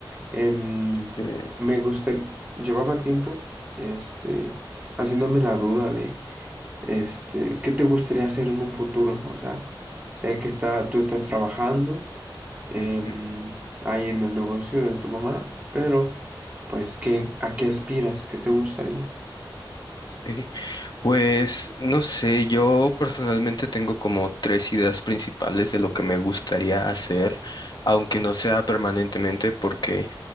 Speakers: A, on the right (about 15°); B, on the left (about 55°).
A: Em,
B: Eh,
A: me gusta, llevaba tiempo, este, haciéndome la duda de, este, ¿qué te gustaría hacer en un futuro? O sea, sé que está, tú estás trabajando, em,
B: ujú.
A: ahí en el negocio de tu mamá, pero, pues, ¿qué, a qué aspiras? ¿Qué te gustaría?
B: Sí. Pues no sé, yo personalmente tengo como tres ideas principales de lo que me gustaría hacer, aunque no sea permanentemente, porque